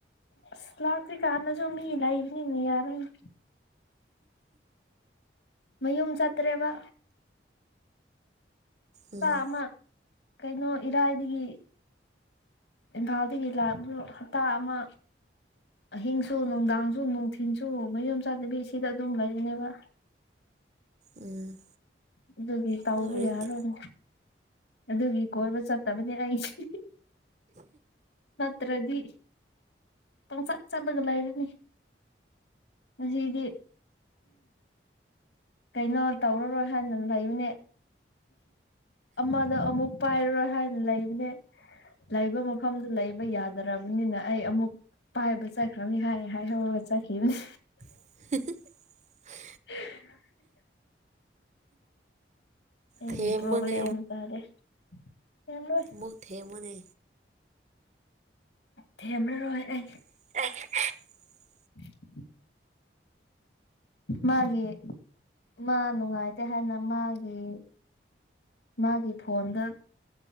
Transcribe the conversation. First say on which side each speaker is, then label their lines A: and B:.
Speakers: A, on the left (about 75°); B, on the right (about 40°).
A: ꯑꯁ ꯂꯥꯛꯇ꯭ꯔꯤꯀꯥꯟꯗꯁꯨ ꯃꯤ ꯁꯩꯕꯅꯤꯅ ꯌꯥꯔꯣꯢꯅꯦ ꯃꯌꯨꯝ ꯆꯠꯇ꯭ꯔꯦꯕ
B: ꯎꯝ
A: ꯄꯥ ꯑꯃ ꯀꯩꯅꯣ ꯏꯔꯥꯏꯗꯒꯤ ꯏꯝꯐꯥꯜꯗꯒꯤ ꯂꯥꯛꯄꯗꯣ ꯍꯞꯇ ꯑꯃ ꯑꯍꯤꯡꯁꯨ ꯅꯨꯡꯗꯥꯡꯁꯨ ꯅꯨꯡꯊꯤꯟꯁꯨ ꯃꯌꯨꯝ ꯆꯠꯇꯕꯤ ꯁꯤꯗ ꯑꯗꯨꯝ ꯂꯩꯕꯅꯦꯕ
B: ꯎꯝ
A: ꯑꯗꯨꯒꯤ ꯇꯧꯕ
B: ꯑꯗꯨ ꯑꯣꯏꯔꯗꯤ
A: ꯌꯥꯔꯣꯏꯅꯦ ꯑꯗꯨꯒꯤ ꯀꯣꯏꯕ ꯆꯠꯇꯕꯅꯦ ꯑꯩꯁꯦ ꯇ꯭ꯔꯗꯤ ꯄꯪꯆꯠ ꯆꯠꯂꯒ ꯂꯩꯔꯅꯤ ꯉꯁꯤꯗꯤ ꯀꯩꯩꯅꯣ ꯇꯧꯔꯔꯣꯏ ꯍꯥꯏꯅ ꯂꯩꯕꯅꯦ ꯑꯃꯗ ꯑꯃꯨꯛ ꯄꯥꯏꯔꯔꯣꯏ ꯍꯥꯏꯅ ꯂꯩꯕꯅꯦ ꯂꯩꯕ ꯃꯐꯝꯗꯨ ꯂꯩꯕ ꯌꯥꯗ꯭ꯔꯕꯅꯤꯅ ꯑꯩ ꯑꯃꯨꯛ ꯄꯥꯏꯕ ꯆꯠꯈ꯭ꯔꯅꯤ ꯍꯥꯏ ꯍꯥꯏ ꯍꯧꯒ ꯆꯠꯈꯤꯕꯅꯦ
B: <unintelligible>
A: <unintelligible> ꯑꯩꯒꯤ
B: ꯊꯦꯝꯃꯣꯅꯦ
A: ꯄ꯭ꯔꯣꯕ꯭ꯂꯦꯝ ꯇꯥꯔꯦ ꯊꯦꯝꯔꯣꯏ
B: ꯃꯨꯛ ꯊꯦꯝꯃꯣꯅꯦ
A: ꯊꯦꯝꯔꯔꯣꯢ ꯑꯩ
B: <unintelligible>
A: <inaudible> ꯃꯥꯒꯤ ꯃꯥ ꯅꯨꯡꯉꯥꯏꯇꯦ ꯍꯥꯏꯅ ꯃꯥꯒꯤ ꯃꯥꯒꯤ ꯐꯣꯟꯗ